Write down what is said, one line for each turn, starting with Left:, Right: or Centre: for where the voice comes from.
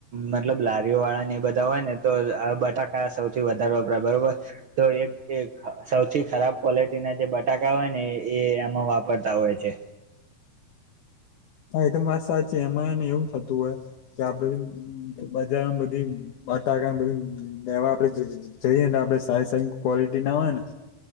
Right: મતલબ લારીઓ વાળા ને એ બધા હોય ને. તો અ બટાકા સૌથી વધારે વપરાય બરોબર તો એક સૌથી ખરાબ ક્વોલિટીના જે બટાકા હોય ને એ એમાં વાપરતા હોય છે.
Left: હા એ તો વાત સાચી એમાંને એવું થતું હોય. કે આપડે બજારમાં બધી બટાકા બઘુ લેવા આપડે. જઈને આપડે સારી સારી ક્વોલિટી ના હોય ને.